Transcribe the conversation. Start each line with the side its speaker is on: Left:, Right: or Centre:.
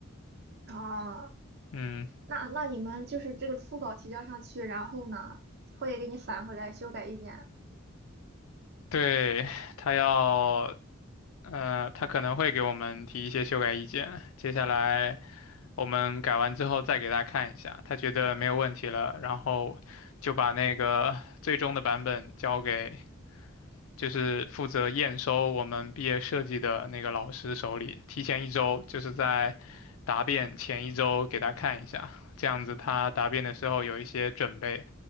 Right: 啊，
Left: 嗯。
Right: 那那你们就是这个初稿提交上去，然后呢，会给你返回来修改意见。
Left: 对，他要，呃，他可能会给我们提一些修改意见，接下来我们改完之后再给他看一下，他觉得没有问题了，然后就把那个最终的版本交给。就是负责验收我们毕业设计的那个老师手里，提前一周，就是在答辩前一周给他看一下，这样子他答辩的时候有一些准备。